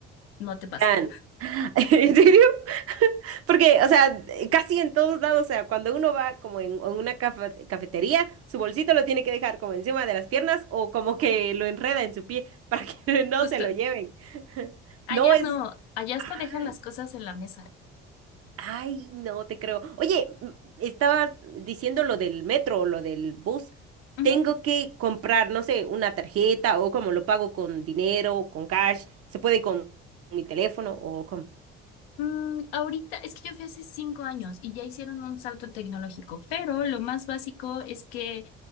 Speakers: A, on the left; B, on the right.
A: no te pasa.
B: Ya. no. <laughs> ¿En serio? Porque, o sea, casi en todos lados, o sea, cuando uno va como en, en una cafe- cafetería, su bolsito lo tiene que dejar como encima de las piernas o como que lo enreda en su pie para que <laughs> no
A: Justo,
B: se lo lleven. <laughs>
A: allá
B: No es...
A: no, allá hasta
B: Ah,
A: dejan las cosas en la mesa.
B: Ay, no te creo. Oye, m- estabas diciendo lo del metro o lo del bus.
A: Ujú.
B: Tengo que comprar, no sé, una tarjeta o cómo lo pago con dinero, con cash. ¿Se puede con mi teléfono o cómo?
A: Mm, ahorita es que yo fui hace cinco años y ya hicieron un salto tecnológico, pero lo más básico es que